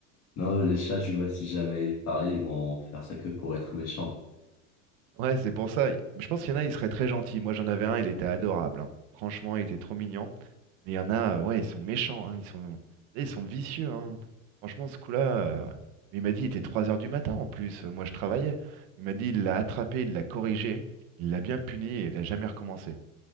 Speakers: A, on the left; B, on the right.
A: Non, les chats, je vois si jamais ils parlaient, ils vont faire ça que pour être méchants.
B: Ouais, c'est pour ça. Je pense qu'il y en a, il serait très gentil. Moi, j'en avais un, il était adorable. hein. Franchement, il était trop mignon. Mais il y en a, euh, ouais, ils sont méchants, hein, ils sont, ils sont vicieux. hein. Franchement, ce coup-là, euh, mais il m'a dit, il était 3 heures du matin en plus, euh, moi je travaillais. Il m'a dit, il l'a attrapé, il l'a corrigé, il l'a bien puni et il n'a jamais recommencé.